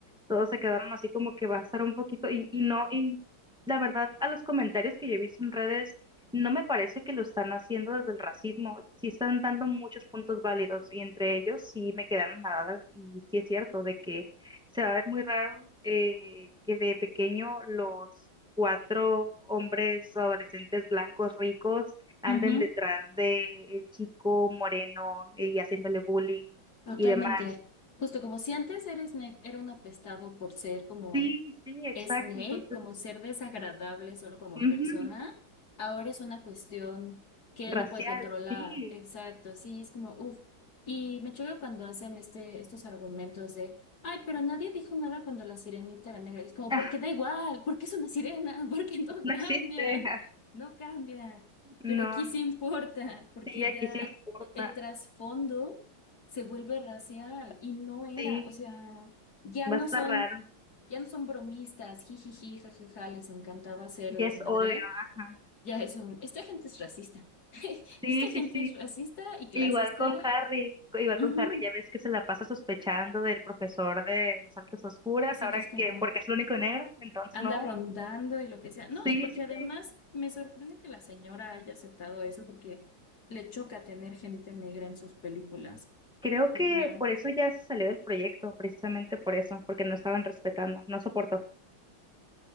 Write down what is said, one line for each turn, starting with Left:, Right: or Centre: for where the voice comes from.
Centre: todos se quedaron así como que va a estar un poquito y, y no, y la verdad a los comentarios que yo he visto en redes, no me parece que lo están haciendo desde el racismo, sí están dando muchos puntos válidos y entre ellos sí me quedaron nada y sí es cierto de que se va a ver muy raro eh, que de pequeño los cuatro hombres adolescentes blancos ricos anden
Left: ujú,
Centre: detrás de el chico moreno eh, y haciéndole bullying
Left: totalmente.
Centre: y demás.
Left: Justo como si antes eres ne- era un apestado por ser como
Centre: Sí, sí, exacto.
Left: Snape
Centre: Entonces,
Left: como ser desagradable solo como
Centre: ujú,
Left: persona, ahora es una cuestión que
Centre: racial,
Left: él no puede controlar.
Centre: sí.
Left: Exacto, sí, es como, uff. Y me choca cuando hacen este, estos argumentos de, ay, pero nadie dijo nada cuando la sirenita era negra. Y es como,
Centre: Ah,
Left: porque da igual, porque es una sirena, <laughs> porque no
Centre: no
Left: cambia,
Centre: existe. ah,
Left: no cambia. Pero
Centre: No,
Left: aquí sí importa, porque
Centre: sí, aquí
Left: ya
Centre: sí importa.
Left: el trasfondo se vuelve racial y no era,
Centre: Sí,
Left: o sea, ya no
Centre: va a estar
Left: son.
Centre: raro.
Left: Ya no son bromistas, jijiji, jajaja, les encantaba hacer
Centre: Ya
Left: desmadre.
Centre: es odio, ajá.
Left: Ya es un, esta gente es racista. <laughs>
Centre: Sí,
Left: Esta
Centre: sí,
Left: gente
Centre: sí.
Left: es racista y clasista.
Centre: Igual con Harry, igual con
Left: Ujú.
Centre: Harry, ya ves que se la pasa sospechando del profesor de las artes oscuras,
Left: Ese
Centre: ahora
Left: que es como
Centre: que porque es el único negro, entonces
Left: anda
Centre: no.
Left: rondando y lo que sea. No,
Centre: Sí,
Left: y porque
Centre: sí,
Left: además
Centre: sí.
Left: me sorprende que la señora haya aceptado eso porque le choca tener gente negra en sus películas.
Centre: Creo
Left: O
Centre: que
Left: sea,
Centre: por eso ya se salió del proyecto, precisamente por eso, porque no estaban respetando, no soportó.